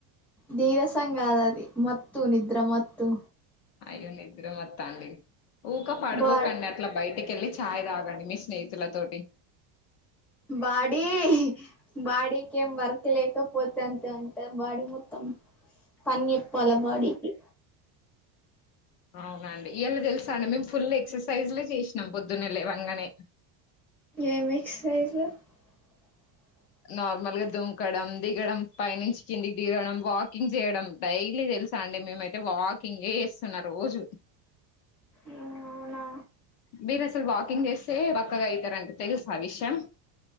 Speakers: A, in the centre; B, on the left (about 55°).
A: నీరసం కాదు అది మత్తు నిద్ర మత్తు.
B: అయ్యో నిద్ర మత్తు అండి ఊరికే పడుకున్నా.
A: బా
B: ఇట్లా బయటకెళ్ళి చాయ్ తాగండి మీ స్నేహితుల తోటి.
A: బాడీ బాడీకేం వర్క లేకపోతే అంతే ఉంటాది. బాడీ మొత్తం పనిచెప్పాల బాడీ కి
B: అవునండి ఇయాల తెలుసా అండి మేము ఫుల్ ఎక్సర్సైజ్లే చేసినాం పొద్దున్నే లేవంగనే.
A: ఏమి ఎక్సర్సైజ్ లు <inaudible>
B: నార్మల్ గా దుంకడం దిగడం పైనుంచి కిందికి దిగడం వాకింగ్ చేయడం డైలీ తెలుసా అండి మేమయితే వాకింగే చేస్తున్నా రోజూ.
A: అవునా
B: మీరు అసలు వాకింగ్ చేస్తే, బక్కగా అయితారని తెలుసా ఆ విషయం